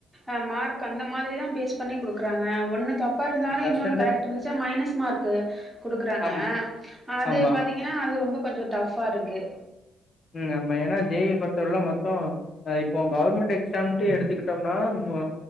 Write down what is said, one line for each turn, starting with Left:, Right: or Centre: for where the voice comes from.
Centre: அ மார்க் அந்த மாதிரிதா பேஸ் பண்ணி குடுக்குறாங்க ஒண்ணு தப் தப்பாருந்தாலு
Left: நம்ம பெர்சன்டே
Centre: இன்னொன்னு கரெக்ட்ருந்துச்சி மைனஸ் மார்க்கு குடுக்கறாங்க
Left: ஆம்
Centre: அது
Left: ஆமா
Centre: பாத்திங் எனா அது ரொம்ப கொஞ்சொ டஃப்பாருக்கு
Left: ம் ஆம்ம எனா ஜே இ ய பொருத்த வர்லு மொத்தொ அ இப்போ கவர்மெண்ட் எக்ஸாம்ட் எடுத்துக்கிட்டம்னா இன்னு